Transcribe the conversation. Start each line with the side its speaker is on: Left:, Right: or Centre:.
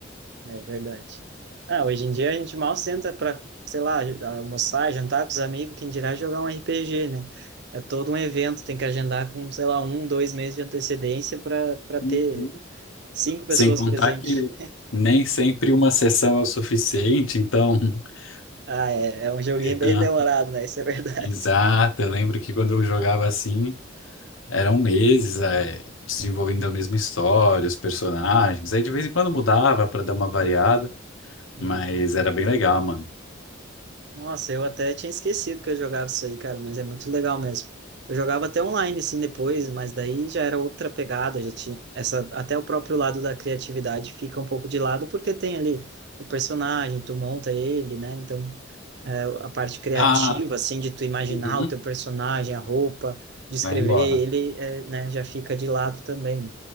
Right: É verdade. Ah, hoje em dia a gente mal senta para, sei lá, almoçar, jantar com os amigos, quem dirá jogar um RPG, né? É todo um evento, tem que agendar com, sei lá, um, dois meses de antecedência para para
Left: Uhum.
Right: ter cinco pessoas
Left: Sem contar
Right: presentes.
Left: que nem sempre uma sessão é o suficiente, então. <laughs>
Right: Ah, é, é um joguinho
Left: É.
Right: bem
Left: Ah,
Right: demorado, né? Isso é verdade.
Left: Exato, eu lembro que quando eu jogava assim, eram meses, eh, desenvolvendo a mesma história, os personagens. Aí de vez em quando mudava para dar uma variada,
Right: Uhum.
Left: mas era bem legal, mano.
Right: Nossa, eu até tinha esquecido que eu jogava isso aí, cara, mas é muito legal mesmo. Eu jogava até online, assim, depois, mas daí já era outra pegada, já tinha essa, até o próprio lado da criatividade fica um pouco de lado, porque tem ali o personagem, tu monta ele, né? Então, é, a parte criativa,
Left: Ah,
Right: assim, de tu imaginar
Left: uhum.
Right: o teu personagem, a roupa, descrever
Left: Vai embora.
Right: ele, é, né, já fica de lado também, né?